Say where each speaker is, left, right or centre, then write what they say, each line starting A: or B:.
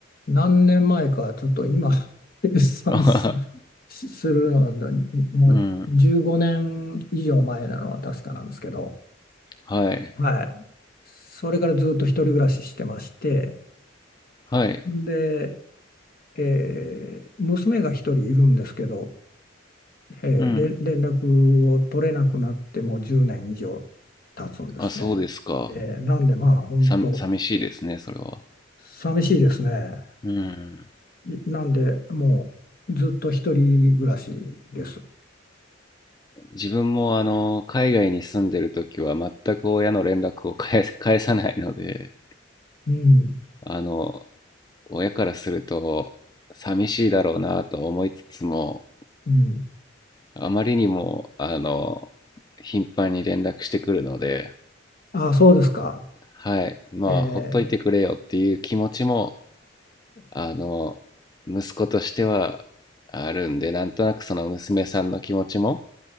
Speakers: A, on the left; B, on the left.
A: う何年前か、ちょっと今、<laughs> 計算す、
B: <laughs> あはは
A: するのは、もう15年以上前なのは確かなんですけど、
B: うん。はい、
A: はい。それからずっと一人暮らししてまして、
B: はい。
A: で、えー娘が一人いるんですけど、えーれ連絡を取れなくなってもう10年以上
B: うん。
A: 経つんですね。
B: あ、そうですか。
A: えーなんでまあ、本当
B: さ、寂しいですね、それは。
A: 寂しいですね。
B: うん。
A: なんで、もうずっと一人暮らしです。
B: 自分もあの海外に住んでる時は全く親の連絡を返返さないので
A: うん、
B: あの親からすると寂しいだろうなと思いつつも
A: うん。
B: あまりにもあの頻繁に連絡してくるので
A: あ、そうですか。
B: はいまあほっといてくれよっていう気持ちも
A: え
B: あの息子としてはあるんでなんとなくその娘さんの気持ちも